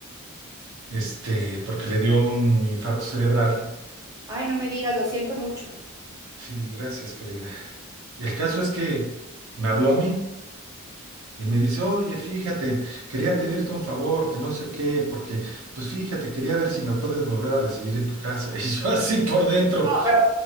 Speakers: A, on the right; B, on the right.
A: este, porque le dio un infarto cerebral.
B: Ay, no me digas, lo siento mucho.
A: Sí, gracias, querida. Y el caso es que me habló a mí y me dice, oye, fíjate, quería pedirte un favor, que no sé qué, porque, pues fíjate, quería ver si me puedes volver a recibir en tu casa. <laughs> Y yo así por dentro,
B: No, pero,